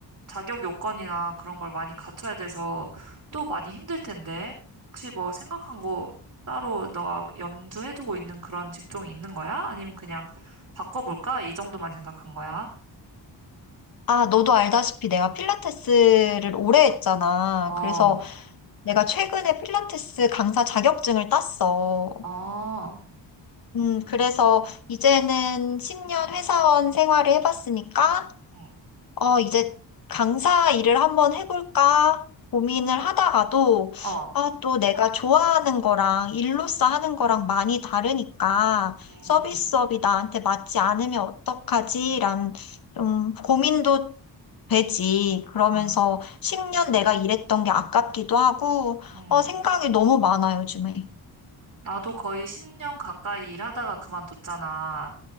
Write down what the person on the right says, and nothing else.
자격 요건이나 그런 걸 많이 갖춰야 돼서 또 많이 힘들 텐데. 혹시 뭐 생각한 거 따로 너가 염두해두고 있는 그런 직종이 있는 거야? 아니면 그냥 바꿔볼까? 이 정도만 생각한 거야?
어,
어,
응,
어,
음,
어,
음.
나도 거의 10년 가까이 일하다가 그만뒀잖아.